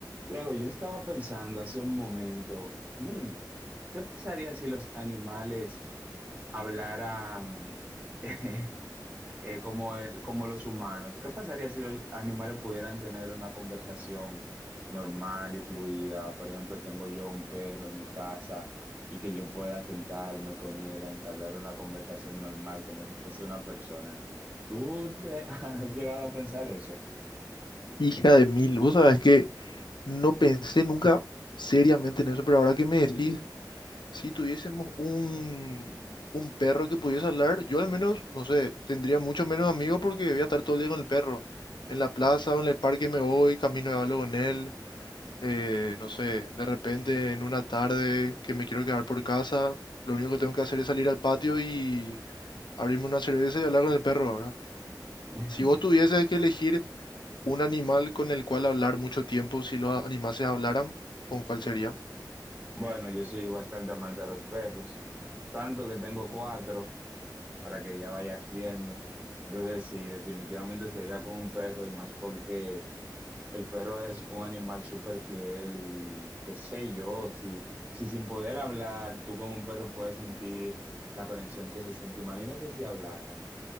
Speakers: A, on the right (about 20°); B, on the left (about 85°).
A: Tiago, yo estaba pensando hace un momento, men, ¿qué pasaría si los animales hablaran <laughs> eh, eh, como, el- como los humanos? ¿Qué pasaría si los animales pudieran tener una conversación normal y fluida? Por ejemplo, tengo yo un perro en mi casa y que yo pueda sentarme con él a entablar una conversación normal como si fuese una persona. ¿Tú te- <laughs> has llegado a pensar eso?
B: Hija de mil, vos sabés que no pensé nunca seriamente en eso, pero ahora que me decís, si tuviésemos un, un perro que pudiese hablar, yo al menos, no sé, tendría mucho menos amigos porque voy a estar todo el día con el perro. En la plaza o en el parque me voy, camino y hablo con él, eh, no sé, de repente en una tarde que me quiero quedar por casa, lo único que tengo que hacer es salir al patio y abrirme una cerveza y hablar con el perro, ¿verdad?
A: <laughs>
B: Si vos tuvieses que elegir un animal con el cual hablar mucho tiempo, si los animales hablaran, ¿con cuál sería?
A: Bueno, yo soy bastante amante de los perros, tanto que tengo cuatro para que ya vayas viendo. Entonces, sí, definitivamente sería con un perro y más porque el perro es un animal súper fiel y qué sé yo, si, si sin poder hablar, tú con un perro puedes sentir la conexión que se siente. Imagínate si hablaran, o